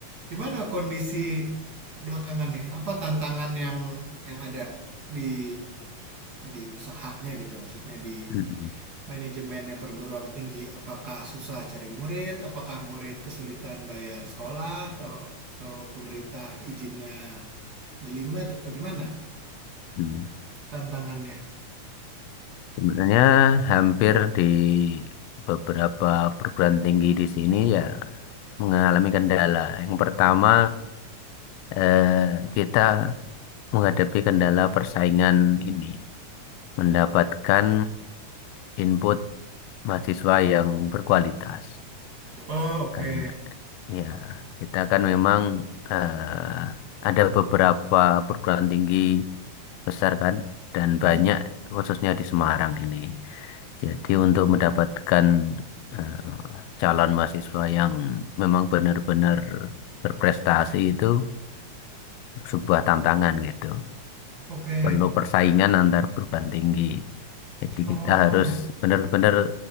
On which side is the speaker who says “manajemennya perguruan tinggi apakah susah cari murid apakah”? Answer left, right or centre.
Right